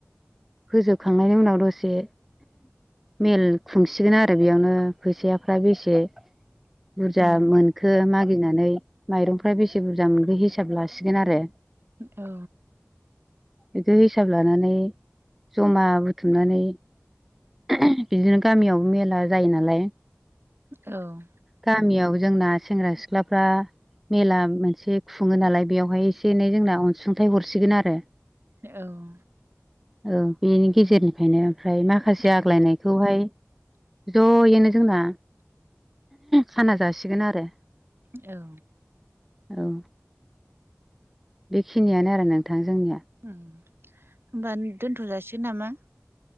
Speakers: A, in the centre; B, on the right.
A: फोजोबखांनायनि उनाव दसे मेल खुंसिगोन आरो बेयावनो फैसायाफ्रा बेसे बुरजा
B: उम
A: मोनखो मागिनानै माइरंफ्रा बेसे बुरजा मोनखो हिसाब लासिगोन आरो
B: औ
A: बेदि हिसाब लानानै जमा बुथुमनानै बिदिनो गामियाव मेला जायो नालाय
B: औ
A: गामियाव जोंना सेंग्रा- सिख्लाफ्रा मेला मोनसे खुङो नालाय बेयावहाय एसे एनै जोंना अनसुंथाइ हरसिगोन आरो
B: औ
A: औ बेनि गेजेरनिफ्रायनो ओमफ्राय माखा से
B: उम
A: आग्लायनायखौहाय ज'यैनो जोंना खाना जासिगोन आरो।
B: औ
A: औ बेखिनियानो आरो नोंथां जोंनिया
B: उम होनबा दोनथ' जाासिगोन नामा?